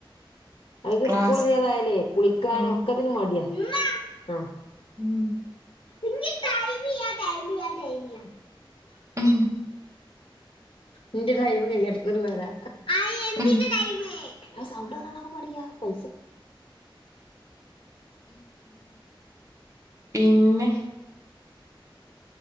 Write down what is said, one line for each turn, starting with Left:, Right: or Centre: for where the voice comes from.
Left: അവക്ക്
Right: ക്ലാസ്
Left: സ്കൂള് ഇല്ല തയാലേ, കുളിക്കാനും
Right: ഉം
Left: ഒക്കെത്തിന് മടിയാ, ആഹ്
Right: ഉം
Left: ഇനി ടൈമിയ്യ ടൈമിയ്യ.
Right: ഉം
Left: നിന്റെ ടൈമ് കയ്യട്ടെ ന്നട്ട് വരാ. എന്തിന്റെ
Right: ഉം
Left: ടൈമ്. സൗണ്ട് ണ്ടക്കാൻ പാടിയ്യ പൈസ.
Right: പിന്നെ